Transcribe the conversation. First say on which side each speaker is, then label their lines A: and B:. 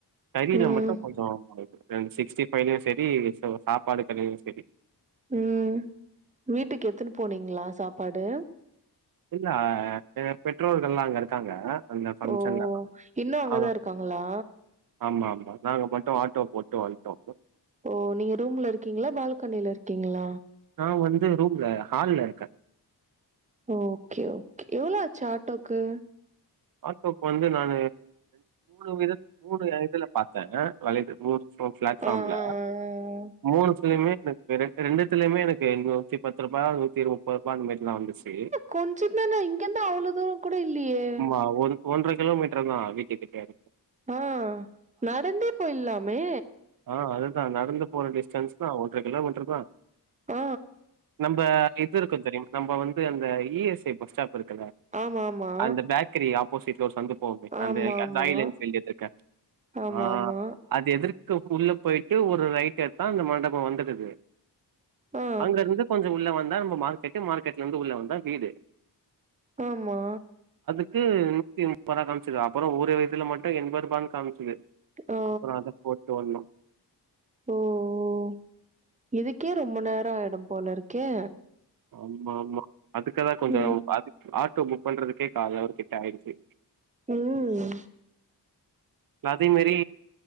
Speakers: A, on the right (about 55°); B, on the right (about 20°).
A: கரியில
B: ம்
A: மட்டு கொஞ்சோ <unintelligible> ரெண் சிக்ஸ்டி ஃபைவ்லயு சரி சோ சாப்பாடு கரிலயு சரி
B: ம் வீட்டுக்கு எத்துன்னு போனீங்களா சாப்பாடு
A: இல்ல ஆ எ பெற்றோர்கள்லா அங்க இருக்காங்க அந்த ஃபங்ஷன்ல
B: ஓ இன்னு அங்கதா
A: ஆ
B: இருக்காங்களா
A: ஆமா ஆமா நாங்க மட்டு ஆட்டோ போட்டு வந்ட்டோ
B: ஓ நீங்க ரூம்ல இருக்கீங்களா பால்கனில இருக்கீங்களா
A: நா வந்து ரூம்ல ஹால்ல இருக்கே
B: ஓகே ஓகே எவ்ளோ ஆச்சு ஆட்டோக்கு
A: ஆடோக்கு வந்து நானு மூணு வித மூணு இதுல பாத்தே வெலைய மூணு சோ பிளாட்ஃபாம்ல
B: ஆ ஆ ஆ ஆ.
A: மூணுத்லையுமே எனக்கு ரெண்டுத்துலயுமே எனக்கு நூத்தி பத்து ரூபா நூத்தி முப்ப ரூபா அந்த மாரிலா தா வந்துச்சு
B: கொஞ்சந்தானே இங்கெந்து அவ்ளோ தூரோ கூட இல்லையே
A: ஆ ஒரு ஒன்ர கிலோமீட்டர் தா வீட்டு கிட்டேய இரு
B: ஆ நடந்தே போயிலாமே
A: ஆ அதுதா நடந்து போன டிஸ்டன்ஸ்தா ஒன்ர கிலோமீட்டர் தா
B: ஆ
A: நம்ப இது இருக்கு தெரியு நம்ப வந்து அந்த E S I bus stop இருக்குல
B: ஆமா ஆமா
A: அந்த பேக் ரி ஆப்போசிட்ல ஒரு சந்து போவுமே அந்த
B: ஆமா
A: இ அந்த
B: ஆமா
A: ராயல் என்ஃபீல்ட் எதிர்க்க
B: ஆமா
A: ஆ
B: ஆமா
A: அது எதிர்க உள்ள போயிட்டு ஒரு ரைட் எத்தா அந்த மண்டபோ வந்துடுது
B: ஆ
A: அங்க இருந்து கொஞ்ச உள்ள வந்தா நம்ம மார்க்கெட்டு மார்க்கெட்ல இருந்து உள்ள வந்தா வீடு
B: ஆமா
A: க்கு நூத்தி முப்ப ரூபா காமிச்சுது அப்புறோ ஒரு இதுல மட்டு என்ப ரூபான்னு காம்ச்சுது
B: ஓ
A: அப்புறோ அத போட்டு வந்தோ
B: ஓ ஓ இதுக்கே ரொம்ப நேரோ ஆயிடு போல இருக்கே
A: ஆமா ஆமா அதுக்குதா கொஞ்சோ
B: ம்
A: அது ஆட்டோ புக் பண்றதுக்கே கால் ஹவர்கிட்ட ஆயிடுச்சு
B: ம்
A: அதே மாரி